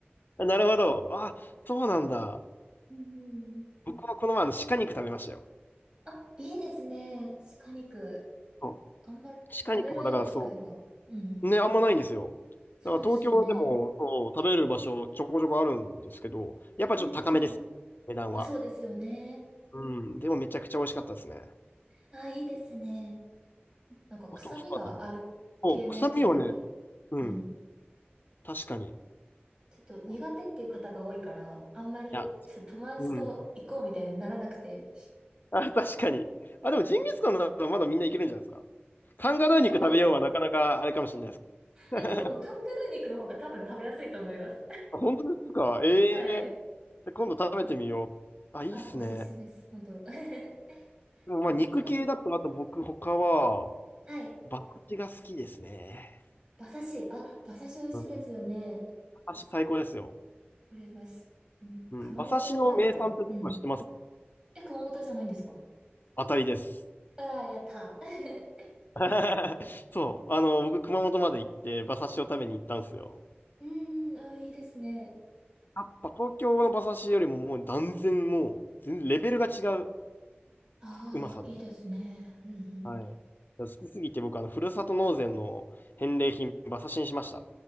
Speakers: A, on the left; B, on the right.
A: あなるほど。あ、そうなんだ。
B: うんうんうん。
A: 僕はこの前あの鹿肉食べましたよ。
B: あ、いいですね。鹿肉。
A: そう
B: あんま食べられる機会が。
A: 鹿肉もだからそ
B: うん。
A: うね、あんまないんですよ。
B: そうですよね。
A: だから東京はでも、そう食べる場所ちょこちょこあるんですけど、やっぱりちょっと高めです。
B: うん
A: 値段は。
B: うん。そうですよね。
A: うん。でもめちゃくちゃ美味しかったですね。
B: あ、いいですね。なんか臭みがある系のやつ、
A: あと、そうだな。そう、臭みはね、うん。
B: うん。
A: 確かに。
B: ちょっと苦手っていう方が多いから、
A: あい
B: あんまりちょっと友達と行こうみたいにならなくて。
A: や、うん。あ、確かに。あ、でもジンギスカンならまだみんないけるんじゃないですか。カンガルー肉食べようはなかなかあれかもしれないです。
B: そう。
A: <laughs>
B: え、でも、カンガルー肉の方が多分食べやすいと思います。
A: あ本当ですかえ
B: <laughs> はい。
A: えで今度食べてみよう。あ、いいっすね。
B: あ、おすすめです。本当 <laughs>
A: でもまあ肉系だと、
B: なんかお話す、
A: あと僕他は、
B: はい。
A: 馬刺しが好きですね。
B: 馬刺し。あ、馬刺し美味しいですよね。
A: うん。馬刺し最高ですよ。
B: これます。あの、
A: うん。
B: 熊本で食べた。
A: 馬刺しの名産ってどこか知ってます
B: うん。え、熊本じゃないんですか
A: 当たりです。
B: ああー、やったー。
A: <laughs> そう。あの、僕、熊本まで行って、馬刺しを食べに行ったんですよ。
B: <laughs> うーん、あー、いいですね。
A: やっぱ東京の馬刺しよりももう断然もう、全レベルが違う
B: ああ、
A: うまさで。
B: いいですね。うん。
A: はい。好きすぎて僕、あの、ふるさと納税の返礼品、馬刺しにしました。